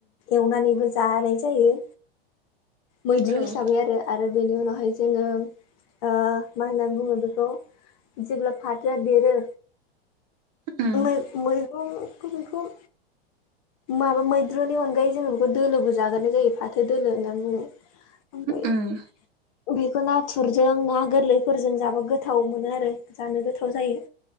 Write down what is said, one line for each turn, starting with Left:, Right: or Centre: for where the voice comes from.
Left: एवनानैबो जानाय जायो। मैद्रु
Right: औ
Left: हिसाबै आरो आरो बेनि उनावहाय जोङो मा होननानै बुङो बेखौ जेब्ला फाथोआ देरो
Right: उम
Left: गुमै गुमै दं बेखौ बेखौ माबा मैद्रुनि अनगायै जोङो बेखौ दोलोबो जाग्रोनाय जायो फाथो दोलो होननानै बुङो ओमफ्राय
Right: उम
Left: बेखौ नाथुरजों ना गोरलैफोरजों जाबो गोथाव मोनो आरो जानो गोथाव जायो